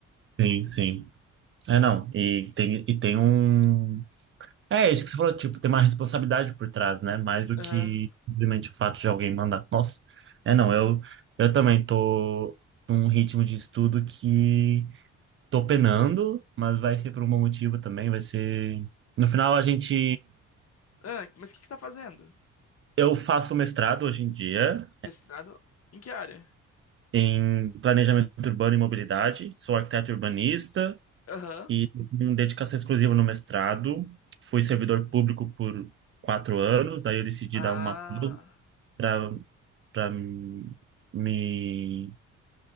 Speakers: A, on the right; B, on the left.
A: sim, sim. É, não. E tem, e tem um. É isso que você falou, tipo, tem uma responsabilidade por trás, né? Mais do
B: Aham.
A: que simplesmente o fato de alguém mandar. Nossa. É, não. Eu, eu também tô num ritmo de estudo que tô penando, mas vai ser por um bom motivo também. Vai ser. No final, a gente.
B: Ah, mas o que que você tá fazendo?
A: Eu faço mestrado hoje em dia
B: Mestrado? Em que área?
A: em planejamento urbano e mobilidade. Sou arquiteto urbanista
B: Aham.
A: e com dedicação exclusiva no mestrado. Fui servidor público por quatro anos, daí eu decidi
B: Ah.
A: dar uma pausa para para me